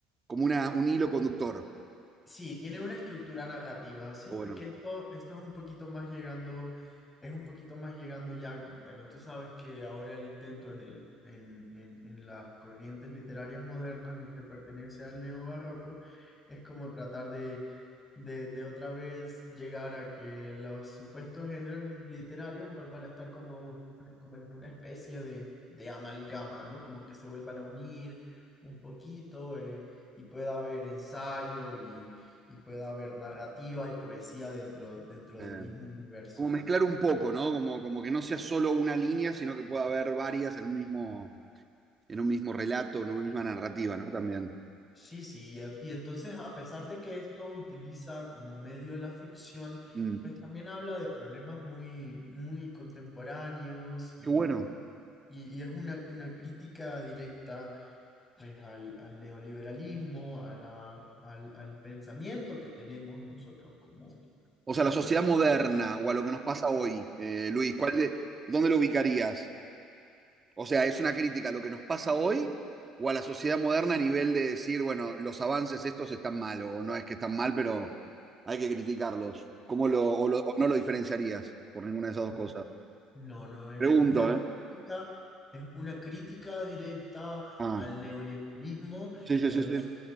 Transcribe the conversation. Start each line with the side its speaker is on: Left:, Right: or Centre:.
Right: como una, un hilo conductor.
Left: Sí, tiene una estructura narrativa, sí,
Right: Bueno.
Left: porque esto, esto es un poquito más llegando, es un poquito más llegando ya, con- bueno, tú sabes que ahora el intento en el, en, en, en las corrientes literarias modernas, este pertenece al neobarroco, es como tratar de, de, de otra vez llegar a que los supuestos géneros literarios vuelvan a estar como, un- como en una especie de, de amalgama, ¿no? Como que se vuelvan a unir un poquito, eh, y pueda haber ensayo y pueda haber narrativa y poesía dentro, dentro
Right: Eh,
Left: del mismo universo.
Right: como mezclar un poco, ¿no? Como, como que no sea solo una línea, sino que pueda haber varias en un mismo, en un mismo relato, en una misma narrativa, ¿no? También.
Left: Sí, sí, y, en- y entonces a pesar de que esto utiliza como medio la ficción,
Right: Mm,
Left: pues también habla de problemas muy, muy contemporáneos y,
Right: qué bueno.
Left: y- y es una, una crítica directa pues al, al neoliberalismo, a la, al, al pensamiento que tenemos nosotros como,
Right: O sea,
Left: como
Right: la sociedad moderna o a lo que nos pasa hoy, eh, Luis, ¿cuál de, ¿dónde lo ubicarías? O sea, ¿es una crítica a lo que nos pasa hoy o a la sociedad moderna a nivel de decir, bueno, los avances estos están mal o no es que están mal, pero hay que criticarlos? ¿Cómo lo, o, lo, o no lo diferenciarías por ninguna de esas dos
Left: No,
Right: cosas?
Left: no, no, es
Right: Pregunto,
Left: una crítica,
Right: ¿eh?
Left: es una crítica directa
Right: Ah.
Left: al neoliberalismo
Right: Sí, sí,
Left: y a
Right: sí,
Left: los,
Right: sí.